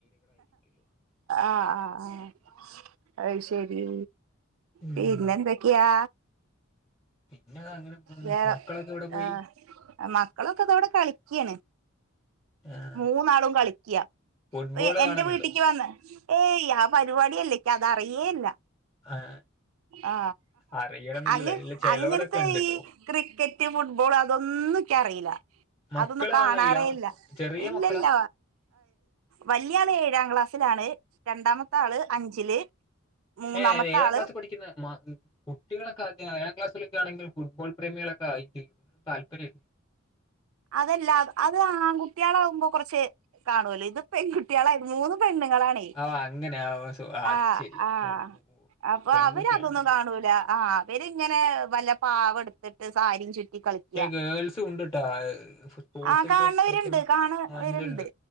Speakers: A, on the right; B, on the left.
A: ആ ആ ആ അ ശെരി
B: ഉം
A: പിന്നെന്തൊക്കെയാ
B: പിന്നെ അത് അങ്ങനെ പോണ്
A: വേറെ
B: മക്കളൊക്കെ എവിടെ പോയി
A: ആ മക്കളൊക്കെ ഇതോടെ കളിക്കാണ്
B: ആഹ്
A: മൂന്നാളും കളിക്കുക
B: ഫുട്ബോള്
A: എന്റെ
B: കാണലുണ്ടോ
A: വീട്ടിക്ക് വന്ന് ഏയ് ആ പരിപാടിയല്ലേക്ക് അത അറിയേല്ല
B: ആഹ്
A: ആ
B: അറിയണംന്നില്ലല്ലേ
A: അങ്ങ
B: ഇല്ല ചെലോരൊക്കെ
A: അങ്ങനത്തെ
B: ഇണ്ട്ട്ടോ
A: രി ക്രിക്കറ്റും ഫുട്ബോൾ അതൊന്നിക്ക അറിയില്ല
B: മക്കള്
A: അതൊന്നും കാണാറേ
B: കാണലില്ല
A: ഇല്ല
B: ചെറിയ
A: ഇല്ലല്ല
B: മക്കളാ
A: വല്യാൾ ഏഴാം ക്ലാസ്സിലാണ് രണ്ടാമത്തെ ആള് അഞ്ചില് മൂന്നാമത്തെ
B: ഏ ഏഴാം
A: ആള്
B: ക്ലാസ് പഠുന്ന കുട്ടികൊക്കെ ഏഴാം ക്ലാസ്സിലൊക്കെ ആണെങ്കിൽ ഫുട്ബോൾ പ്രേമികള ക താല്പര്യല്ല
A: അതല്ല അത് ആൺകുട്ടികള ആകുമ്പോ കുറച്ച് കാണുവല്ലോ ഇത് പെൺകുട്ടികളായിരുന്നു മൂന്നും പെണുങ്ങളാണ്
B: ഓഹ് അങ്ങനെ ഓഹ് അത്
A: ആ
B: ശരി
A: ആ
B: ഓഹ് ഓഹ് ഓഹ്
A: അപ്പൊ
B: പെൺകുട്ടിയാണല്ലോ
A: അവര അതൊന്നും കാണൂല ആ അവരിങ്ങനെ വല്ല പാവ എടുത്തിട്ട് സാരിയും ചുറ്റി കളിക്ക
B: ച ഗേൾസ് ഉണ്ട്ട്ടാ സ്പോർട്സ
A: ആഹ്
B: ആായിട്ട്
A: കാണവരുണ്ട്
B: കളിക്കുന്ന
A: കാണവരുണ്ട്
B: ഉണ്ട്ണ്ട്